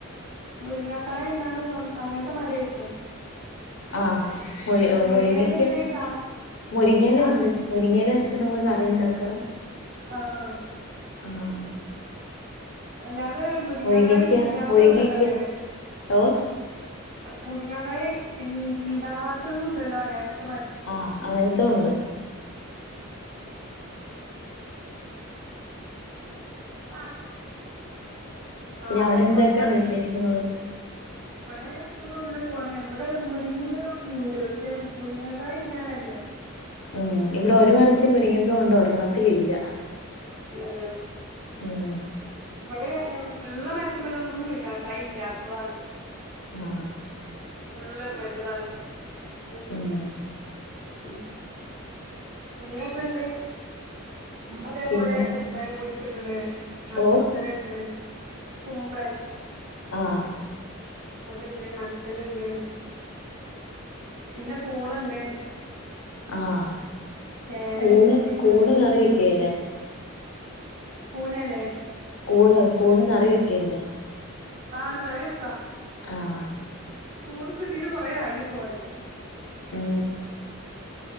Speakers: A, on the right; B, on the left.
A: മുരിങ്ങാക്കായ ഉണ്ടാവുണേ സ്വ അങ്ങനത്തെ മരേക്കു
B: ആഹ് മുരി
A: മുരിങ്ങേലന്നെ
B: മുരിങ്ങക്ക
A: കാ
B: മുരിങ്ങയില
A: ആഹ്
B: ഉണ്ട് മുരിങ്ങയില. <unintelligible> നമുക്ക് കറിയുണ്ടാക്കാം.
A: ആഹ് ആഹ്
B: ആഹ്
A: അല്ലാതെ മുരിങ്ങകായി
B: മുരിങ്ങക്ക
A: ഇല്ലാത്തോണ്ടല്ല
B: മുരിങ്ങക്ക
A: അങ്ങനെ
B: ഓഹ്
A: മുരിങ്ങകായി ണ്ടാവാത്തതും ഇണ്ടല്ലോ അറിയാൻ ക
B: ആഹ് അങ്ങനത്തെ ഉണ്ട്
A: ആഹ്
B: പിന്നെ
A: അങ്ങനത്തോണ്ട്
B: അവിടെ എന്തൊക്കെയാണ്
A: ഇവടെ
B: വിശേഷങ്ങള്
A: ഇവിടെ സുഖം അങ്ങനെ പോണ് ഇവിടെ മുരിങ്ങണ്ട് പക്ഷെ മുരിങ്ങകായ ഇണ്ടാവ്ണല്ല.
B: ഉം ഇവിടെ ഒരു മരത്തി മുരിങ്ങകണ്ട് ഒരെണ്ണത്തിലില്ല.
A: ഇല്ലല്ലേ?
B: ഉം
A: ഇവിടെ ഉള്ള മരത്ത്മ്മലൊന്നും മുരിങ്ങാ കായി ഇല്ലാത്തതാണ്.
B: ആഹ്
A: ഫുള്ള് മറ്റതാണ്.
B: ഉം
A: ഉം ഇന്ന് ണ്ട് ഇമ്മതേ
B: പിന്നെ
A: പോലെ കുമ്പളം കുഴിച്ചിട്ട്ണ്. മത്തനുണ്ട്
B: ഓഹ്
A: കുമ്പ്ളൻ.
B: ആഹ്
A: അത്ണ്ട് മത്തനുണ്ട് പിന്നെ പൂളണ്ട്.
B: ആഹ്
A: ചേനണ്ട്
B: കൂണ്
A: ചേമ്പ്ണ്ട്
B: കൂണ്
A: കൃഷിക്ക്
B: കറി വെക്കേലെ
A: കൂനല്ലേ?
B: കൂണ് കൂണ് കറി വെക്കേല്ലേ?
A: ആഹ് കറി വെക്കാ
B: ആഹ്
A: കൂണ് കിട്ടീട്ട് കൊറേ ആയിനിപ്പവിടെ.
B: ഉം